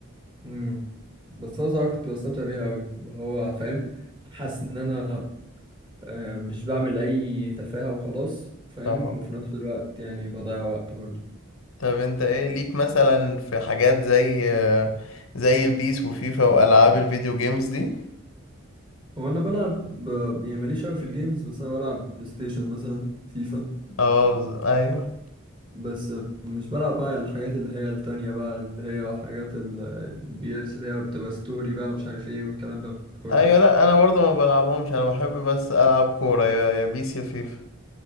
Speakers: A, on the right (about 20°); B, on the left (about 75°).
A: مم. بس أنا صراحة كنت بستمتع بيها أوي اللي هو فاهم حاسس إن أنا آه، مش بعمل أي تفاهة وخلاص فاهم
B: اه
A: وفي نفس الوقت يعني بضيع وقت برضه
B: طب انت ايه ليك مثلا في حاجات زي زي بيس وفيفا والعاب الفيديو جيمز دي
A: هو أنا بلعب ب... يعني ماليش أوي في الجيمز بس أنا بلعب بلاي ستيشن مثلا فيفا
B: اه بز- ايوه
A: بس مش بلعب بقى الحاجات اللي هي التانية بقى اللي هي حاجات ال- البي اس اللي هي بتبقى ستوري بقى مش عارف ايه والكلام ده كله
B: ايوه لا انا برضو ما بلعبهمش انا بحب بس العب كوره يا يا بيس يا فيفا